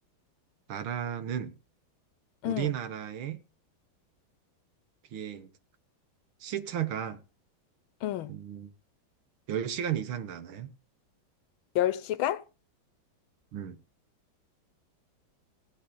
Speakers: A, on the right; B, on the left.
A: 나라는 우리나라에
B: 음,
A: 비해 시차가
B: 음.
A: 음, 10시간 이상 나나요?
B: 10시간?
A: 음.